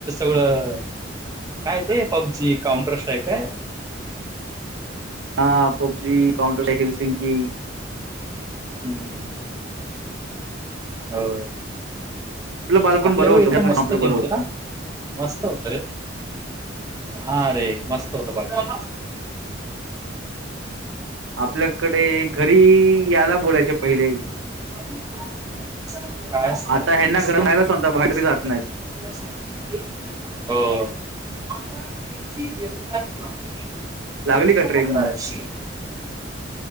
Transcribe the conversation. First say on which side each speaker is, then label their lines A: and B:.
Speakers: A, on the right; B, on the right.
A: आप कायं ते पबजी काउंटर स्ट्रायकायं
B: हां पब्जी काउंटर हंल सिंग कीं
A: हम्मं हो
B: आपलं बालपण
A: आपल्यां
B: बरं होतं
A: वेळी एकदंम मस्तं
B: आपलं बरं
A: गेम
B: होतं
A: होते नां मस्तं होतं रे हां रे मस्तं होतं बघं
B: आपल्यांकडे घरी यांलां बोलायचे पहिले
A: कायं
B: आता ह्यांना घरून जायला सांगता बाहेर तरी जात
A: हो
B: नाहीत.
A: <unintelligible>
B: लागली का ट्रेन मग?